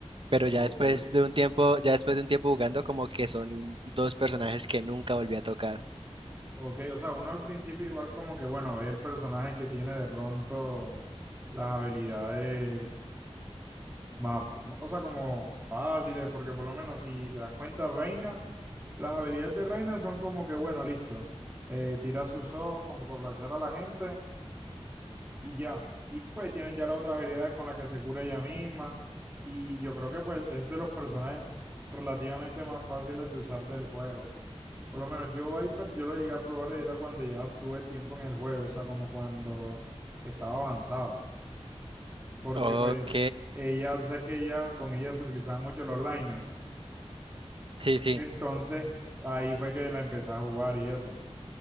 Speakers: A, on the right (about 50°); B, on the right (about 20°).
A: Pero
B: Ok.
A: ya después de un tiempo, ya después de un tiempo jugando, como que son dos personajes que nunca volví a tocar.
B: Ok, o sea, uno al principio igual como que, bueno, ve el personaje que tiene de pronto las habilidades más, f- o sea, como fáciles, porque por lo menos si te das cuenta, Reina, las habilidades de Reina son como que, bueno, listo, eh, tira sus ojos como para flashear a la gente y ya. Y pues tiene ya la otra habilidad con la que se cura ella misma. Y yo creo que pues es de los personajes relativamente más fáciles de usar del juego. Por lo menos yo Viper, yo lo llegué a probar era cuando ya tuve tiempo en el juego, o sea, como cuando estaba avanzado. Porque
A: Ok,
B: pues ella, tú sabes que ella, con ella se utilizaban mucho los lineups.
A: sí, sí.
B: Entonces ahí fue que la empecé a jugar y eso.